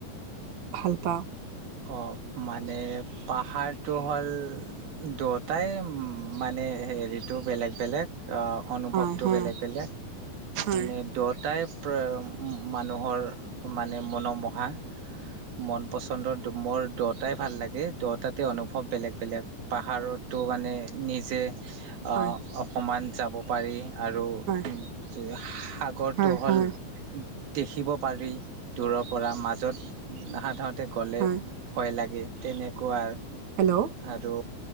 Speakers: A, on the right; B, on the right.
A: ভাল পাওঁ?
B: অ', মানে পাহাৰটো হ'ল দুয়োটাই মানে হেৰিটো বেলেগ বেলেগ। অ', অনুভৱটো
A: হয়, হয়,
B: বেলেগ বেলেগ,
A: হয়,
B: মানে দুয়োটাই প-মানুহৰ মানে মনোমোহা। মনপচন্দৰ মোৰ দুটাই ভাল লাগে, দুটাতে অনুভৱ বেলেগ বেলেগ। পাহাৰটো মানে নিজেই। অ',
A: হয়,
B: অকমান যাব পাৰি আৰু
A: হয়,
B: সাগৰটো
A: হয়,
B: হ'ল
A: হয়,
B: দেখিব পাৰি, দূৰৰ পৰা মাজত সাধাৰণতে গ'ল
A: হয়,
B: ভয় লাগে তেনেকুৱা।
A: হেল্ল'।
B: আৰু